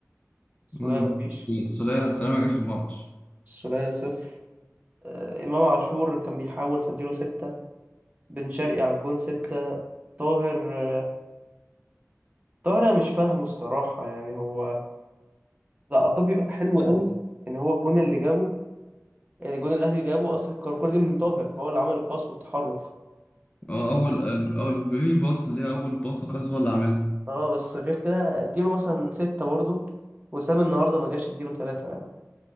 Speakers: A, on the right; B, on the left.
A: السولية
B: امم
A: مفيش
B: السولية السولية ما جاش الماتش
A: السولية صفر آه، إمام عاشور كان بيحاول فاديله ستة بن شرقي على الجون ستة طاهر آه، طاهر أنا مش فاهمه الصراحة يعني هو لا عطيه بيبقى حلو قوي
B: مم.
A: ان هو الجون اللي جابه يعني الجون اللي الاهلي جابه اصل الكركور دي من طاهر هو اللي عمل الباص والتحرك
B: هو أول ال- أول البري باص اللي هي أول باص خالص هو اللي عاملها
A: اه بس غير كده اديله مثلا ستة برضه وسام النهارده ما جاش اديله ثلاثة يعني